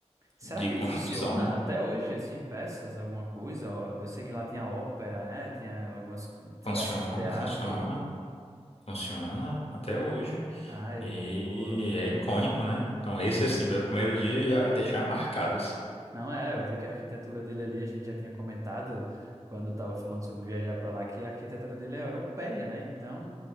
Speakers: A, on the right; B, on the left.
A: Será
B: de
A: que
B: construção,
A: ele funciona
B: né?
A: até hoje, assim, peças, alguma coisa? Ó, Eu sei que lá tinha ópera, né? Tinha algumas
B: Funciona,
A: peças de teatro.
B: funciona, funciona até hoje.
A: Ai,
B: E
A: boa.
B: é icônico, né? Então esse assim, vai o primeiro dia já deixar marcado assim.
A: Não é, eu vi que a arquitetura dele ali, a gente já tinha comentado quando estava falando sobre viajar para lá, que a arquitetura dele é europeia, né? Então,